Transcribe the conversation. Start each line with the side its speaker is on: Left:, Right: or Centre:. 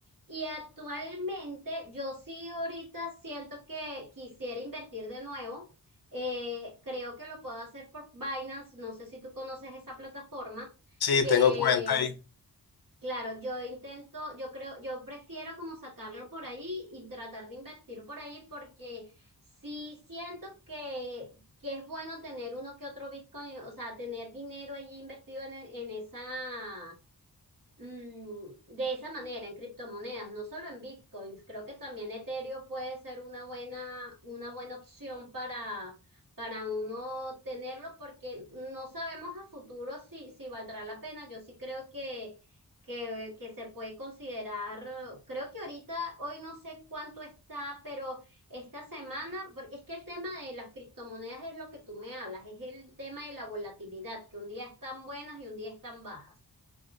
Right: Y actualmente yo sí ahorita siento que quisiera invertir de nuevo. Eh, creo que lo puedo hacer por Binance, no sé si tú conoces esa plataforma,
Left: sí,
Right: que
Left: tengo cuenta ahí.
Right: Claro, yo intento, yo creo, yo prefiero como sacarlo por ahí y tratar de invertir por ahí porque sí siento que, que es bueno tener uno que otro Bitcoin, o sea, tener dinero allí invertido en, en esa, mm, de esa manera en criptomonedas, no solo en bitcoins, creo que también Ethereum puede ser una buena, una buena opción para, para uno tenerlo porque no sabemos a futuro si, si valdrá la pena. Yo sí creo que, que, que se puede considerar, creo que ahorita, hoy no sé cuánto está, pero esta semana, porque es que el tema de las criptomonedas es lo que tú me hablas, es el tema de la volatilidad, que un día están buenas y un día están bajas.